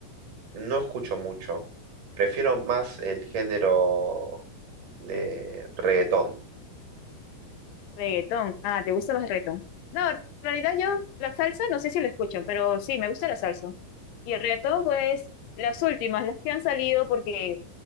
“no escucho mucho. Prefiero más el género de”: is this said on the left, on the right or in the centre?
Right